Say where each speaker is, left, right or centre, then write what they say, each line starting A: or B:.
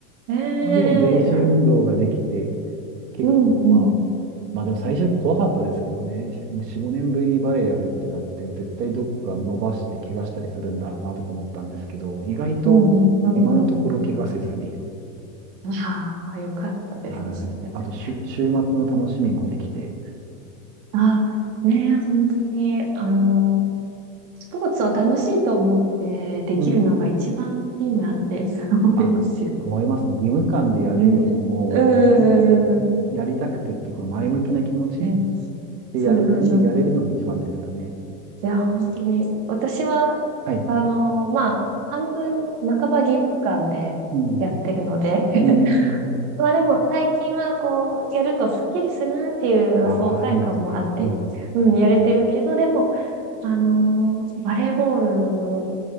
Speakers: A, on the right (about 60°); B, on the right (about 80°).
A: え
B: まあでも全身運動ができて、
A: えいや、
B: 結構まあ、
A: うん、うん、
B: まあでも最初怖かったですけどね。4、5年ぶりにバレエやるってなって、絶対どっか伸ばして怪我したりするんだろうなとか思ったんですけど、意外と今のところ怪我せずに、
A: うん、うん、うん、うんうん。ああ、よかったですね。
B: はい。あと週、週末の楽しみもできて、
A: あ、ねえ、本当に、あのスポーツを楽しいと思ってできるのが一番いいなって
B: うん
A: <laughs> 思いますよ
B: あ、思います。義務感でやるよりも、
A: ね。ね。うんうんうん
B: 自分でやりたくてって、この前向きな気持ち
A: うん。うん
B: でやれてる、
A: そううんうんうん。
B: やれるのが一番ですよね。
A: いや、本当に、私は、
B: はい。
A: あのーまあ、半分、半ば義務感でやってるので
B: うん。
A: <laughs>
B: うん。
A: まあでも、最近はこう、やるとスッキリするなっていう爽快感もあって、
B: ああ、いいですね。うん。
A: うん、やれてるけど、でも、あのーバレーボール